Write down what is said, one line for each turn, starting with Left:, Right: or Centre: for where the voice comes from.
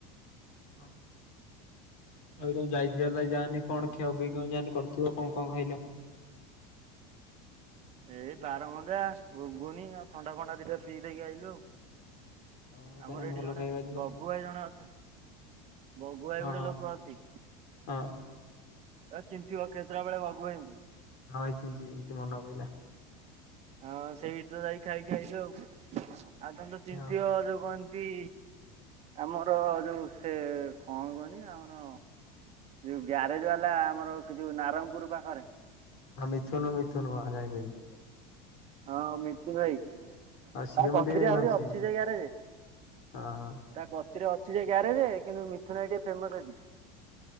Left: ହଁ ଆଉ ତମ ଯାଇଥିଲ ଯାହାନି କଣ
Right: ହଁ
Left: କ୍ଷୟ ପିଇ ଯା କରି <unintelligible> ଥିବ କଣ କଣ ଖାଇଲ?
Right: ଏଇ ବାରମଜା ଘୁଗୁନି ଆଉ ଥଣ୍ଡା ଫଣ୍ଡା ଦିଟା ପି ଦେଇକି ଆଇଲୁ ଆଉ।
Left: ହଁ ତାହେଲେ
Right: ଆମର ଏଇଠି
Left: ଭଲ
Right: ଜଣେ
Left: ଖାଇବା ଆଜି କଣ
Right: ବଗୁ ଭାଇ ଜଣେ ଅଛି ବଗୁ ଭାଇ
Left: ହଁ
Right: ଗୋଟେ
Left: ହଁ
Right: ଲୋକ ଅଛି।
Left: ହଁ।
Right: ଏ ଚିନିଥିବ କେନ୍ଦ୍ରାପଡ଼ା ବଗୁ ଭାଇ ଙ୍କୁ।
Left: ହଁ ଭାଇ ଚିହ୍ନିଚି ଚିହ୍ନିଚି ମନ ପଇଲା।
Right: ହଁ ସେଇଠି ତ ଯାଇ ଖାଇକି ଆଇଚୁ ଆଉ। ଆଉ ତମେ ତ ଚିହ୍ନିଥିବ
Left: ହଁ।
Right: ଯୋଉ କଣ ତି ଆମର ଯୋଉ ସେ କଣ କହନି ଆମର ଯୋଉ ଗ୍ୟାରେଜ ବାଲା ଆମର କି ଯୋଉ ନାରଙ୍ଗପୁର ପାଖରେ।
Left: ହଁ ମିଥୁନୁ ମିଥୁନୁ ହଁ ଜାଣି ପାଇଲି।
Right: ହଁ ମିଥୁନ ଭାଇ।
Left: ଆଉ ସିଏ
Right: ତା କଚରୀ
Left: ମତେ ବି ଭାଇ
Right: ଆହୁରି
Left: ଭଲସେ
Right: ଅଛି
Left: ଚିହ୍ନିଚି
Right: ଜାଗାରେ
Left: ହଁ ହଁ।
Right: ତା କ ଥିରେ ଅଛି ଯେ ଗ୍ୟାରେଜ କିନ୍ତୁ ମିଥୁନ ଭାଇ ଟିକେ ଫେମସ ଅଛି। <inaudible>